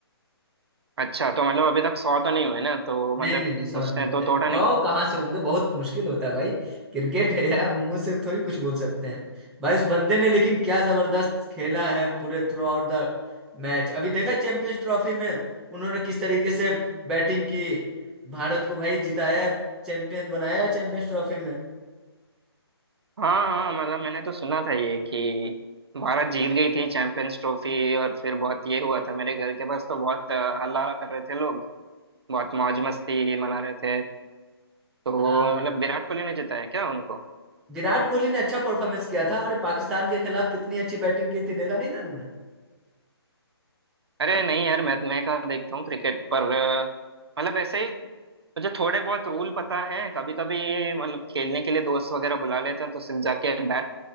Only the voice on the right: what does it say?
अच्छा तो मतलब अभी तक सौ तो नहीं हुए ना तो
मतलब
उसने तो तोड़ा
नहीं
हाँ हाँ मतलब मैंने तो सुना था ये कि भारत जीत गई थी चैंपियंस ट्रॉफी और फिर बहुत ये हुआ था मेरे घर के पास तो बहुत अ, हल्ला कर रहे थे लोग बहुत मौज मस्ती मना रहे थे तो
मतलब विराट कोहली ने जिताया क्या उनको
अरे नहीं यार मैं मैं कहाँ देखता हूँ क्रिकेट पर अ, मतलब ऐसे ही मुझे थोड़े बहुत रूल पता है कभी कभी मतलब खेलने के लिए दोस्त वगैरह बुला लेते हैं तो सिर्फ जाके बैट